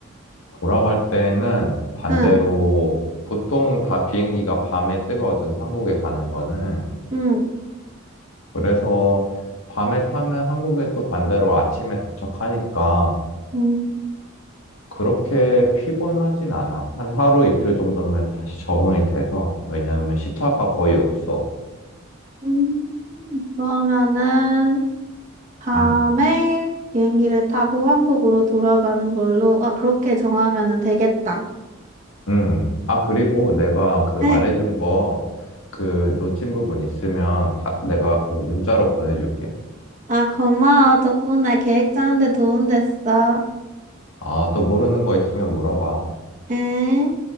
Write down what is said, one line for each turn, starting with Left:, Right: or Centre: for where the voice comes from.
Left: 돌아갈 때는 반대로
Right: 응,
Left: 보통 다 비행기가 밤에 뜨거든, 한국에 가는 거는.
Right: 응.
Left: 그래서 밤에 타면 한국에 또 반대로 아침에 도착하니까
Right: 음,
Left: 그렇게 피곤하진 않아. 한 하루 이틀 정도면 다시 적응이 돼서. 왜냐하면 시차가 거의 없어.
Right: 음, 그러면은, 밤에
Left: 응.
Right: 비행기를 타고 한국으로 돌아가는 걸로, 아, 그렇게 정하면은 되겠다.
Left: 응. 아, 그리고 내가 그 말해준
Right: 응.
Left: 거 그 놓친 부분 있으면 다, 내가 그 문자로 보내줄게.
Right: 아, 고마워. 덕분에 계획 짜는데 도움 됐어.
Left: 아, 또 모르는 거 있으면 물어봐.
Right: 응?